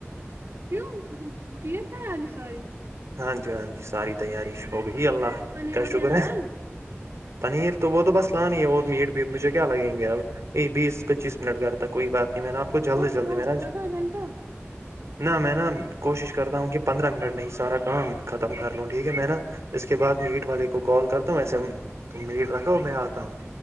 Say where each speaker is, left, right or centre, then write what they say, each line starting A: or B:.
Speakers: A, on the right; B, on the right.
A: کیوں کیا تیار آائ
B: ہاں جی ہاں جی ساری تیاری ہو گئی اللہ
A: پنیر
B: کیا
A: وغیرہ
B: شکر
A: لائی
B: ہے پنیر تو وہ تو بس لاانی ہے وہ میٹ بھی مجھے کیا لگیں گے اب یہ بیس پچیس منٹ گھر تھا کوئی بات نہیں میں نا آپ کو جلدی
A: اوہ
B: جلدی
A: اوہ
B: مینےاج
A: آدھا گھنٹہ
B: نہ میں نا کوشش کرتا ہوں کہ پندرہ منٹ میں ہی سارا کام ختم کر لوں ٹھیک ہے میں نا اس کے بعد میٹ والے کو کال کرتا ہوں وسے تم میٹ رکھو میں آتا ہوں